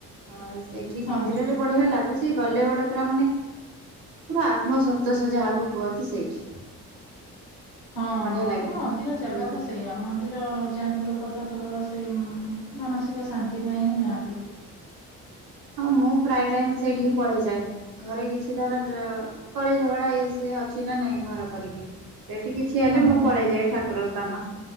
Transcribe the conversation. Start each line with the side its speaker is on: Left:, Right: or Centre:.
Right: ହଉ ସେଇଠି
Left: ହଁ।
Right: ମନ୍ଦିରରେ ବଢ଼ିଆ ବି ଲାଗୁଛି, ଗଲେ ବଡେ ପୁରା ମାନେ ପୁରା ଆତ୍ମସନ୍ତୋଷ ଯାହାକୁ କୁହନ୍ତି ସେଇଠି।
Left: ହଁ,
Right: ବଢିଆ ଲାଗେ
Left: ମନ୍ଦିର
Right: ହୁଁ।
Left: ଜାଗା ତ ସେଇଆ। ମନ୍ ମନ୍ଦିର ଯାଆନ୍ତି ଲୋକ ତ କେବଳ ସେଇ ଉମ୍ ମାନସିକ ଶାନ୍ତି ପାଇଁ ହିଁ ଯାଆନ୍ତି।
Right: ହଁ, ମୁଁ ପ୍ରାୟ ଟାଇମ ସେଇଠିକି ପଳେଇଯାଏ। ଘରେ କିଛି ଧର କଳି ଝଗଡା ଇଏ ସିଏ ଅଛି ନା ନାଇଁ ଘର କରିକି। ଏଠି କିଛି ହେଲେ
Left: ହଁ
Right: ମୁଁ
Left: ହଁ।
Right: ପଳେଇଯାଏ ଠାକୁର ସ୍ଥାନ,